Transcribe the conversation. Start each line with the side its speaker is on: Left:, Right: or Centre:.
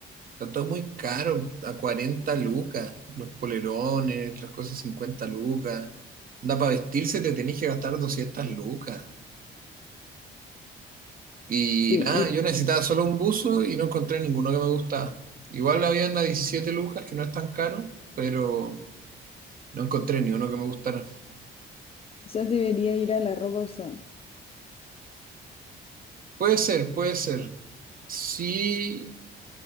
Right: está todo muy caro, a 40 lucas, los polerones, las cosas 50 lucas. Da para vestirse te tenés que gastar 200 lucas. Y
Left: Sí,
Right: nada,
Left: y
Right: yo necesitaba solo un buzo y no encontré ninguno que me gustaba. Igual habían a 17 lucas, que no es tan caro, pero no encontré ni uno que me gustara.
Left: yo debería ir a la ropa usada.
Right: Puede ser, puede ser. Sí,